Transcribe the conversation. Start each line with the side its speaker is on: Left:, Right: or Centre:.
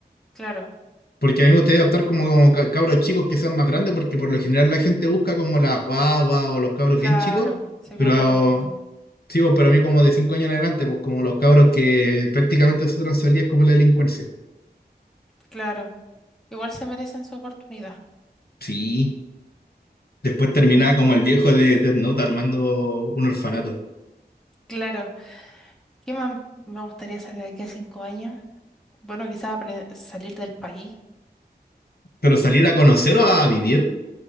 Centre: Claro,
Left: Porque a mí me gustaría adoptar como, como ca- cabros chicos que sean más grandes, porque por lo general la gente busca como la guagua o los cabros
Centre: claro.
Left: bien chicos,
Centre: y Se
Left: pero
Centre: pierde la oportunidad.
Left: Sí, pues, pero a mí como de cinco años en adelante, pues como los cabros que prácticamente su salía es como la delincuencia.
Centre: Claro. Igual se merecen su oportunidad.
Left: Sí, Después terminaba
Centre: Mm,
Left: como el viejo de Death Note armando un orfanato.
Centre: claro. ¿Qué más me gustaría hacer de aquí a cinco años? Bueno, quizás apre- salir del país.
Left: Pero salir a conocer o a vivir,